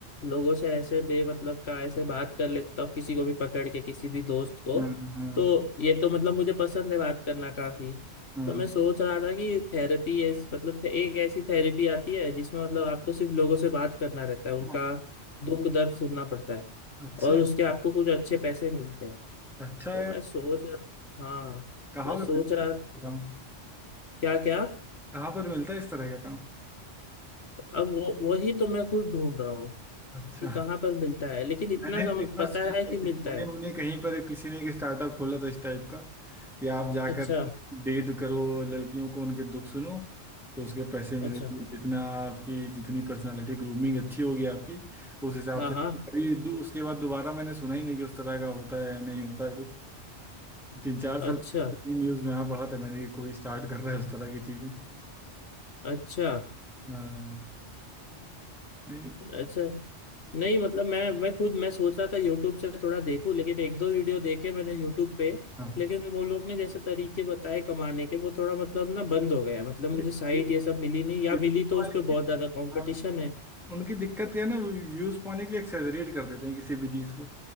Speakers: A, on the left; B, in the centre.
A: लोगों से ऐसे बेमतलब का ऐसे बात कर लेता हूँ किसी को भी पकड़ के किसी भी दोस्त को
B: हाँ हाँ
A: तो ये तो मतलब मुझे पसंद है बात करना काफी
B: हाँ
A: तो मैं सोच रहा था कि थेरेपी ऐस मतलब थे, एक ऐसी थेरेपी आती है जिसमें मतलब आपको सिर्फ लोगों से बात करना रहता है उनका
B: हाँ।
A: दुख दर्द सुनना पड़ता है
B: अच्छा
A: और उसके आपको कुछ अच्छे पैसे मिलते हैं
B: अच्छा
A: तो
B: है
A: मैं सोच हाँ
B: कहाँ
A: मैं सोच
B: पे मिलता
A: रहा
B: है ये काम
A: क्या क्या
B: कहाँ पर मिलता है इस तरह का काम
A: अब वो वही तो मैं खुद ढूंढ रहा हूँ
B: अच्छा
A: ये कहाँ पर मिलता है लेकिन इतना
B: मैंने
A: सम,
B: भी एक
A: पता
B: बार सुना
A: है कि
B: था कि
A: मिलता
B: पुणे
A: है
B: उन्हें कहीं पर किसी ने एक स्टार्टअप खोला था इस टाइप का कि आप जाकर
A: अच्छा
B: डेट करो लड़कियों को उनके दुख सुनो तो उसके पैसे मिलेंगे
A: अच्छा
B: जितना आपकी जितनी पर्सनालिटी ग्रूमिंग अच्छी होगी आपकी उस हिसाब
A: हाँ
B: से
A: हाँ
B: कभी दू- उसके बाद दोबारा मैंने सुना ही नहीं कि उस तरह का होता है या नहीं होता है कुछ तीन चार
A: अच्छा
B: साल तीन न्यूज़ में यहाँ पढ़ा था मैंने कि कोई स्टार्ट कर रहा है उस तरह की चीज़ें
A: अच्छा
B: हाँ नहीं
A: अच्छा नहीं मतलब मैं मैं खुद मैं सोच रहा था यूट्यूब से थोड़ा देखूं लेकिन एक दो वीडियो देखे मैंने यूट्यूब पे
B: हाँ
A: लेकिन वो लोग ने जैसे तरीके बताए कमाने के वो थोड़ा मतलब ना बंद हो गया है। मतलब
B: ब्यूटी
A: मुझे साइट ये सब मिली नहीं या
B: वाले
A: मिली तो उस पे बहुत ज्यादा कंपटीशन
B: हाँ
A: है
B: उनकी दिक्कत क्या है ना वो व्यूज पाने के लिए एक्सेजरेट कर देते हैं किसी भी चीज को